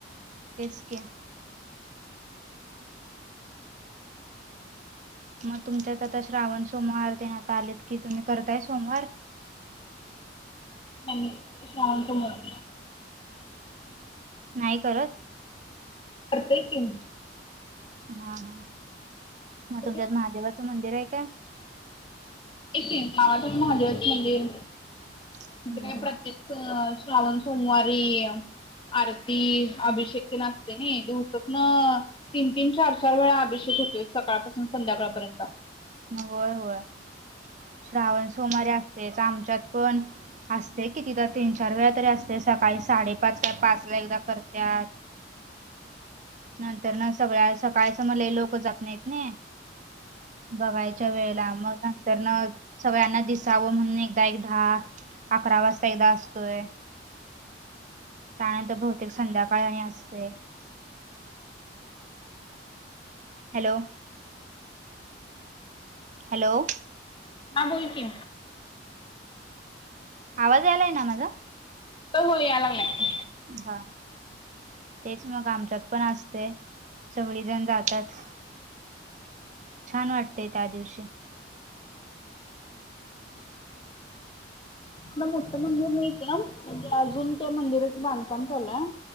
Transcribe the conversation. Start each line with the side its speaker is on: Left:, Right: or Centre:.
Right: तेच क. मग तुमच्यात आता श्रावण सोमवार देण्यात आ आलेत की तुम्ही करताय सोमवार.
Left: ्य शांतुमार.
Right: नाही करत.
Left: पडते.
Right: हा हा मग
Left: ठीक
Right: तुमच्यात महादेवाचं मंदिर आहे का.
Left: इथे नावाात महादेवच मंदिर
Right: हम्म
Left: इथे काय
Right: हम्म.
Left: प्रत्येक. अ श्रावण सोमवारी. आरती अभिषेक ते नाचते ना दिवसात ना. तीन तीन चार चार वेळा अभिषेक होतोय सकाळपासून संध्याकाळपर्यंत.
Right: होय होय श्रावण सोमारीे असतेच आमच्यात पण. असते कितीि तर तीन चार वेळा तरी असते सकाळी साडेपाच व पाच ला एकदा करतात. नंतर नाग सगळ्या सकाळच मला लोक जात नाहीत. नाही बघायच्या वेळेला मग नंतर न सगळ्यांना दिस. जावं म्हणून एकदा एक दहा अकरा वाजता एकदा असतोय. त्यानंतर बहुतेक संध्याकाळने असते. हॅलो. हॅलो.
Left: म बोल कि.
Right: आवाज आलाय ना माझा.
Left: तो होय याय लागलाय.
Right: हा तेच मग आमच्यात पण असतय, सगळीजण जातात. छान वाटतय त्या दिवशी.
Left: एवढ मोठं मंदिर नाहीत एकदम म्हणजे अजून त्या मंदिराचं बांधकाम चालू हाय.